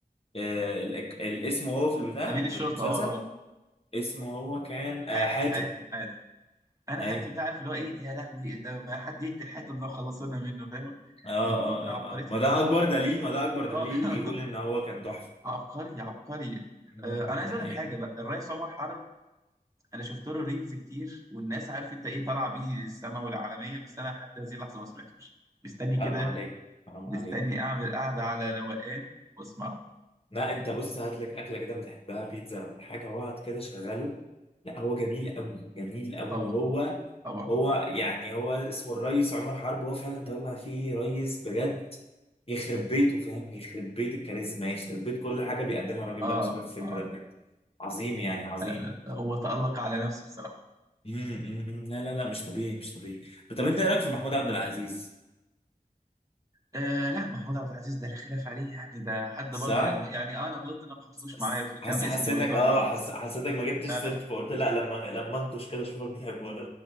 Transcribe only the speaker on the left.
آه ال... ال- اسمه هو في البتاع
في المسلسل
اسمه هو كان آه
حاتم
اي
اه
اه اه
اه ما
ده اكبر دليل ما ده اكبر دليل
يقول ان هو كان تحفه
مم،
دي
حقيقه
حرام
عليك حرام
عليك
لا انت بص هات لك اكله كده بتحبها بيتزا ولا حاجه واقعد كده شغله لا هو جميل قوي جميل قوي
وهو
هو يعني هو اسمه الريس عمر حرب هو فعلا طلع فيه ريس بجد يخرب بيته فاهم يخرب بيت الكاريزما يخرب بيت كل حاجه بيقدمها الراجل
ده اقسم بالله في الفيلم
ده بجد عظيم يعني عظيم
مم، مم، مم. لا لا لا مش طبيعي مش طبيعي طب انت ايه رايك في محمود عبد العزيز
صح
بس
حس
حسيتك
اه
حس حسيتك ما جبتش
سيرته
فقلت لا لما لما انكش كده اشوفك بتحبه ولا